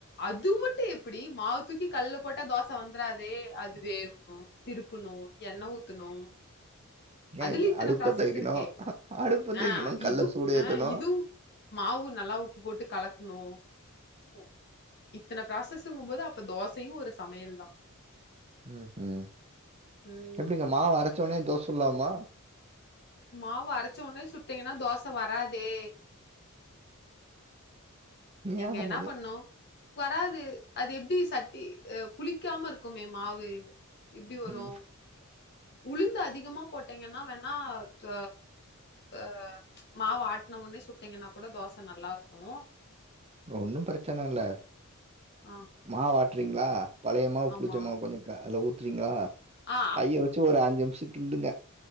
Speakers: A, on the left; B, on the right.
A: அது மட்டு எப்டி மாவு தூக்கி கல்ல போட்டா தோச வந்துராதே அதுவேகணு திருப்பணு எண்ண ஊத்துனு
B: ஏன்
A: அதுலயு இத்தன
B: அடுப்ப
A: ப்ராசஸ்
B: தூக்கணும்
A: இருக்கே
B: அடுப்ப தூக்கணும்
A: ஆஹ்
B: கல்ல
A: இது
B: சூடு ஏத்தணும்
A: ஆஹ் இது மாவு நல்லா உப்பு போட்டு கலக்ணு இ இத்தன ப்ராசஸுங்கும்போது அப்ப தோசையும் ஒரு சமையல் தா
B: ஹ்ம் ஹாம்
A: ம்
B: எப்டிங்க மாவரச்ச உடனே தோச சுட்லாமா
A: மாவ அரச்சோனே சுட்டீங்கனா தோச வராதே நீங்க
B: ஏன் வராது
A: என்னா பண்ணு வராது அது எப்டி சட்டி அஹ் புளிக்காம இருக்குமே மாவு எப்டி வரு
B: ம்
A: உளுந்து அதிகமாப் போட்டெங்கனா வேணா து ஆஹ் மாவு ஆட்ன ஒன்னே சுட்டிங்கனா கூட தோச நல்லாருக்கு
B: ஒன்னு‌ பிரச்சன இல்ல
A: ஆ
B: மாவாட்றீங்ளா பழைய மாவு
A: ஆமா
B: புளிச்சமாவ கொஞ்ச க அதுல ஊத் ட்றீங்ளா
A: ஆ
B: கைய வச்சு ஒரு அஞ்சு நிம்ஷ கிண்டுங்க